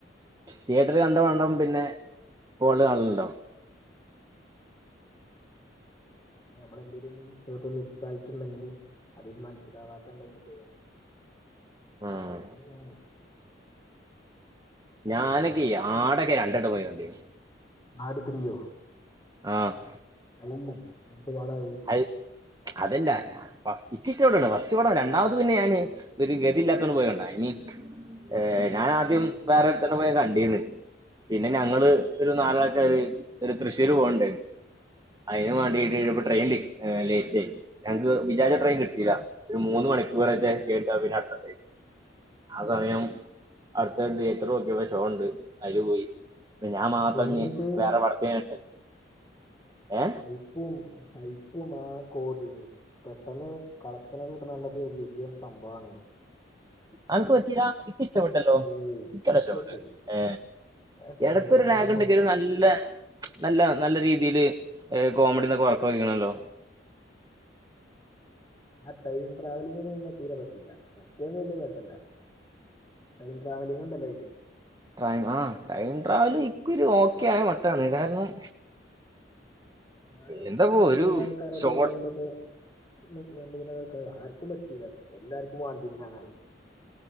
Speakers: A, on the right; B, on the left.
A: തീയേറ്റർല് കണ്ട പണ്ഡം പിന്നെ ഫോൺല് കാൺല്ണ്ടോ
B: നമ്മളെന്തേലും ചെലപ്പോ മിസ്സായിട്ടുണ്ടെങ്കില് അതില് മനസ്സിലാവാത്തത്ണ്ടെങ്കിങ്ങക്ക്
A: ഉം.
B: അങ്ങനൊക്കെയാണ്
A: ഞാനൊകെയ് ആടെക്കെ രണ്ടോട്ടം പോയി കണ്ടിന്
B: ആട് ത്രീയൊ
A: ആഹ്
B: <inaudible>
A: അഹ് അതല്ല ഫസ്റ്റ് ക്കിഷ്ടപ്പെട്ടുട്ടോ ഫസ്റ്റ്പടം രണ്ടാമത്തത് പിന്നെ ഞാന് ഒരു ഗതീല്ലാത്തോണ്ട് പോയി കണ്ടയാനി ഏഹ്
B: അതില്
A: ഞാൻ
B: കേറി
A: ആദ്യം
B: കുടുങ്ങി
A: വേറെ <unintelligible> പോയ് കണ്ടീന്ന് പിന്നെ ഞങ്ങള് ഒരു നാലാൾക്കാര് ഒരു തൃശ്ശൂര് പോകണ്ടേ അയിന്
B: ഉം
A: വേണ്ടിട്ട് ഇ ട്രെയിൻല് ഏഹ് ലേറ്റ് ആയി ഞങ്ങക്ക് വിചാരിച്ച ട്രെയിൻ കിട്ടീല്ല ഒരു മൂന്ന് മണിക്കറേറ്റെ എ <unintelligible>
B: ഉം
A: ആ സമയം അടുത്ത തിയേറ്ററോക്കിയപ്പോ ഷോണ്ട് അയില് പോയി. ഞാൻ മാത്രം
B: കേറിട്ട്
A: ഞ്ഞ് വേറെ വർക്കീഞിട്ട് ഏ
B: അപ്പും അയപ്പും ആ കോടിം പെട്ടെന്ന് കളക്ഷനൊക്കെ കിട്ട്ണണ്ടപ്പോ വലിയൊരു സംഭവാണ്ന്ന്
A: അനക്ക് പറ്റീല ഇക്കിഷ്ട പെട്ടല്ലോ
B: ഏയ്
A: ഇക്കല്ല
B: എനിക്ക്
A: ഇഷ്ടപ്പെട്ടു
B: പറ്റൂല
A: ഏ
B: ആ ടൈം
A: എടക്കൊരു
B: ട്രാവലിങ്ങും
A: ലഗുണ്ടെങ്കിലും നല്ല നല്ല നല്ല രീതിയില് ഏ കോമഡിന്നൊക്കെ വർക്കായിക്ക്ണല്ലോ.
B: ആ ടൈം ട്രാവലിംഗൊന്നും തീരെ പറ്റീല മറ്റേത് വല്ല്യ കൊഴപ്പല്ല. ടൈം ട്രാവലിങ്ങ്ണ്ടല്ലോ അയില്
A: ടൈ ആഹ് ടൈം ട്രാവല് ഇക്കൊരു ഓക്കേയമട്ടാണ് കാരണം
B: ഞാനും
A: എന്താപ്പോ
B: വേറെ രണ്ട്മൂന്നാൾക്കാരൊക്കെ
A: ഒരു ഷോർട്ട്
B: ണ്ടിട്ട് <unintelligible> ആർക്കും പറ്റിയില്ല അത് എല്ലാർക്കും വാണ്ടീന്നിലാന്നായ്